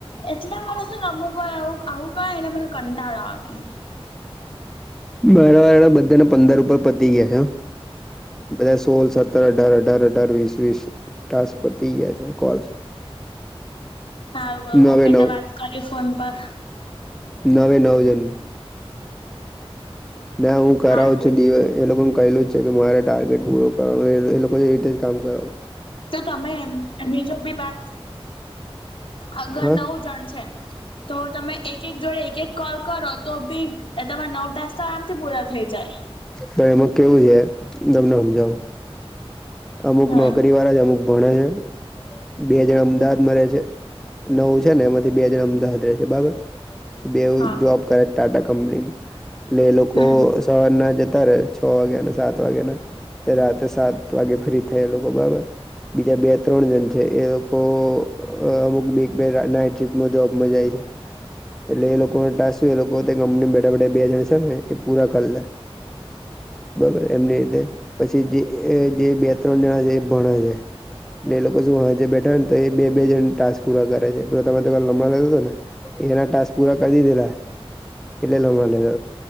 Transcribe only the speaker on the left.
એટલે મને શું અમુંકું આવું કણ એલે મને કંટાળો આવે
હારું
ઓકે
તો વાત કરી ફોન પર
હા
તો તમે એ એમની જો બી વાત અગર
નવું જાણશે તો તમે એક એક જોડે એક એક કોલ કરો તો બી તમારે નવ ટાસ તો આમથી પૂરા થઈ જાય.
હમ
હા
હમ